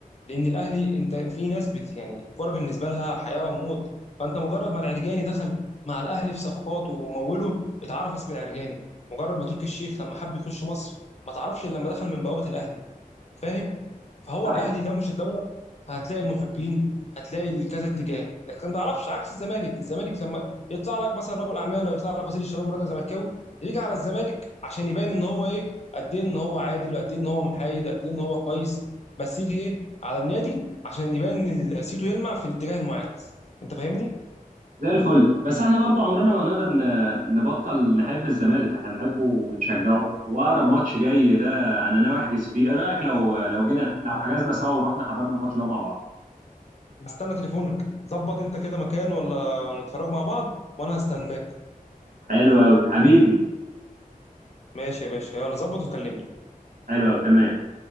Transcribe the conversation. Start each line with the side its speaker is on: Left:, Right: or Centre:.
Left: لان الاهلي انت في ناس بت يعني الكوره بالنسبه لها حياه وموت فانت مجرد ما العرجاني دخل مع الاهلي في صفقات وموله اتعرف اسم العرجاني مجرد ما تركي الشيخ لما حب يخش مصر ما تعرفش إلا لما دخل من بوابه الاهلي فاهم فهو
Right: صحيح
Left: الاهلي لو مش الدوله هتلاقي المحبين هتلاقي كذا اتجاه لكن ما تعرفش عكس الزمالك الزمالك لما يطلع لك مثلا رجل اعمال او يطلع لك وزير الشباب والرياضه زملكاوي يجي على الزمالك عشان يبان ان هو ايه قد ايه ان هو عادل وقد ايه ان هو محايد قد ايه ان هو كويس بس يجي ايه على النادي عشان يبان ان سيتو يلمع في الاتجاه المعاد انت فاهمني
Right: زي الفل بس احنا برضو عمرنا ما نقدر ن- نبطل نحب الزمالك احنا بنحبه وبنشجعه واقرب ماتش جاي ده انا ناوي احجز فيه ايه رايك لو لو جينا لو حجزنا سوا ورحنا حضرنا الماتش ده مع بعض
Left: استنى تليفونك ظبط انت كده مكان ولا نتفرج مع بعض وانا هستناك
Right: حلو قوي حبيبي
Left: ماشي يا باشا يلا ظبط وكلمني
Right: حلو قوي تمام